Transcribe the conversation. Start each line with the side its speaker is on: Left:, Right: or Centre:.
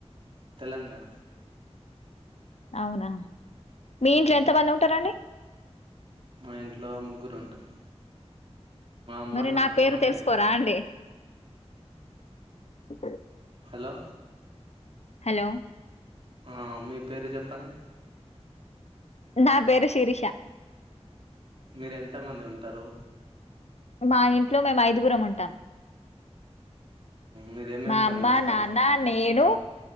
Right: తెలంగాణ
Left: అవునా మీ ఇంట్లో
Right: అవును
Left: ఎంతమంది ఉంటారండి
Right: మా ఇంట్లో ముగ్గురు ఉంటాం మా అమ్మ
Left: మరి
Right: నాన్న
Left: నా పేరు తెలుసుకోరా
Right: నేను
Left: అండి అ
Right: హలో
Left: హలో
Right: ఆ మీ పేరు చెప్పండి
Left: నా పేరు శిరిషా
Right: మీరు ఎంతమంది ఉంటారు
Left: మా ఇంట్లో మేము ఐదుగురం ఉంటాం
Right: మీరు ఏమేం
Left: మా
Right: పని
Left: అమ్మ
Right: చేస్తారు
Left: నాన్న నేను